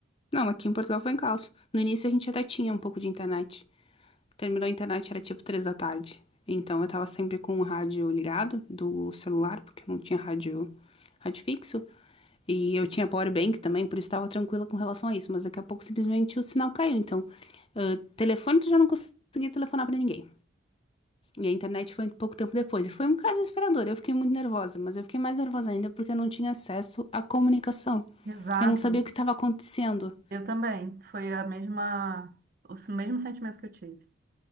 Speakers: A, on the left; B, on the right.
A: Não, aqui em Portugal foi em caos. No início a gente até tinha um pouco de internet. Terminou a internet, era tipo três da tarde. Então eu tava sempre com o rádio ligado do celular, porque eu não tinha rádio, rádio fixo. E eu tinha power bank também, por isso estava tranquila com relação a isso. Mas daqui a pouco simplesmente o sinal caiu. Então, ah, telefone tu já não conseguia telefonar pra ninguém. E a internet foi um pouco tempo depois. E foi um caso desesperador. Eu fiquei muito nervosa, mas eu fiquei mais nervosa ainda porque eu não tinha acesso à comunicação.
B: Exato.
A: Eu não sabia o que estava acontecendo.
B: Eu também. Foi a mesma, o mesmo sentimento que eu tive.